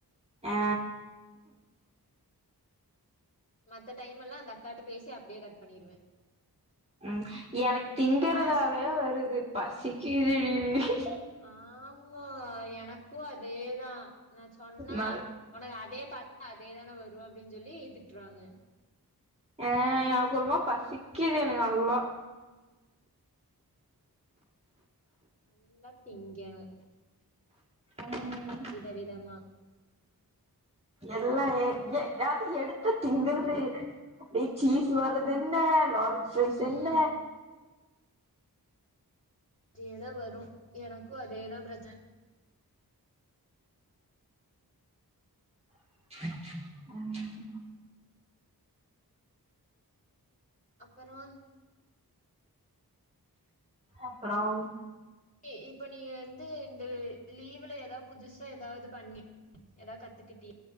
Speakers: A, on the right; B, on the left.
A: ஆ
B: மத்த டைம் எல்லா அந்த அக்காட்ட பேசி அப்டியே கட் பண்ணிடுவே
A: ம் எனக்கு திங்கிறதாவே
B: பேசணும்னு
A: வருது பசிக்குது டீ
B: ஆமா எனக்கு அதேதா நா சொன்னா
A: நல்
B: உனக்கு அதே பாத்தா அதே தானே வரு அப்டின்னு சொல்லி திட்றாங்க
A: ஆ எனக்கு ஒரு மாரி பசிக்குது எனக்கு நல்லா
B: நல்லா திங்கணு
A: ம்
B: விதவிதமா
A: எல்லா <unintelligible> எதாவது எடுத்து திங்கற்துளே இரு அப்டியே சீஸ் வரறது என்ன லோடேட் ஃப்ரைஸ்
B: ம்.
A: என்ன
B: அதே தா வரு எனக்கு அதேதா பிரச்சன
A: ம்
B: அப்பறோ
A: அப்பறம்
B: ஏ இப்ப நீ வந்து இந்த லீவுல எதாவது புதுசா எதாவது பண்ணி எதாவது கத்துக்கிட்டி